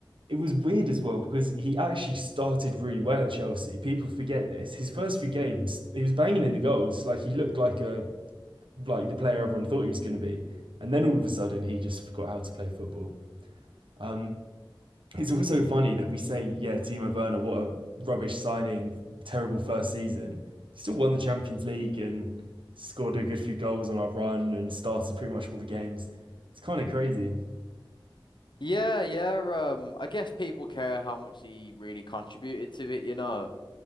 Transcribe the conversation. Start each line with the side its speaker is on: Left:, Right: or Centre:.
Right: It was weird as well because he actually started really well at Chelsea. People forget this. His first few games, he was banging in the goals, like he looked like a like the player everyone thought he was going to be. And then all of a sudden, he just forgot how to play football. Um, It's also funny that we say, yeah, Timo Werner, what a rubbish signing, terrible first season. He still won the Champions League and scored a good few goals on our run and started pretty much all the games. It's kind of crazy.
Left: Yeah, yeah. Um, I guess people care how much he really contributed to it, you know.